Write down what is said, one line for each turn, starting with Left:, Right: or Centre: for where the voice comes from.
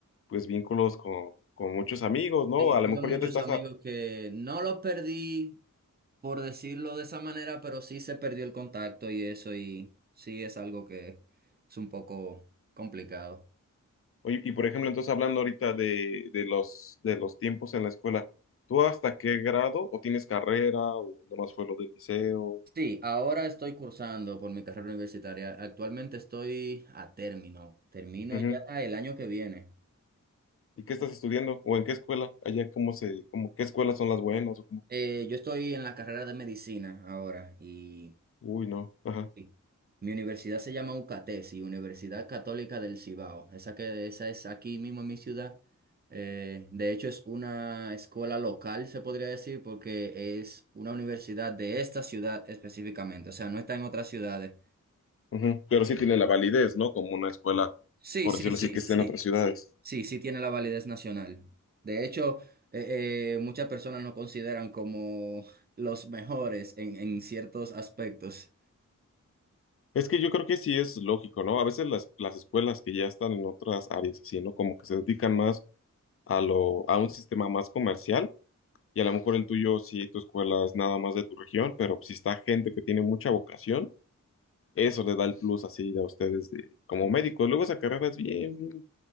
Left: pues, vínculos con, con muchos amigos, ¿no?
Right: Sí,
Left: A
Right: tuve
Left: lo mejor
Right: muchos
Left: ya te estás
Right: amigos que no los perdí por decirlo de esa manera, pero sí se perdió el contacto y eso, y sí es algo que es un poco complicado.
Left: Oye, y por ejemplo, entonces hablando ahorita de, de los, de los tiempos en la escuela, ¿tú hasta qué grado o tienes carrera o nomás fue lo del liceo?
Right: Sí, ahora estoy cursando por mi carrera universitaria. Actualmente estoy a término. Termino
Left: Ujú.
Right: ya el año que viene.
Left: ¿Y qué estás estudiando? ¿O en qué escuela? Allá cómo se, cómo, qué escuelas son las buenas o cómo?
Right: Eh, yo estoy en la carrera de medicina ahora y
Left: Uy, no. Ajá.
Right: Sí. Mi universidad se llama UCATESI, Universidad Católica del Cibao. Esa, que, esa es aquí mismo en mi ciudad. Eh, de hecho, es una escuela local, se podría decir, porque es una universidad de esta ciudad específicamente. O sea, no está en otras ciudades.
Left: Ujú. Pero sí tiene la validez, ¿no? Como una escuela,
Right: Sí,
Left: por
Right: sí,
Left: decirlo
Right: sí,
Left: así, que esté
Right: sí.
Left: en otras ciudades.
Right: Sí, sí tiene la validez nacional. De hecho, eh, eh, muchas personas nos consideran como los mejores en, en ciertos aspectos.
Left: Es que yo creo que sí es lógico, ¿no? A veces las, las escuelas que ya están en otras áreas, así, ¿no? Como que se dedican más a lo, a un sistema más comercial y a lo mejor el tuyo, sí, tu escuela es nada más de tu región, pero si está gente que tiene mucha vocación, eso le da el plus así a ustedes de, como médicos. Luego esa carrera es bien, bien,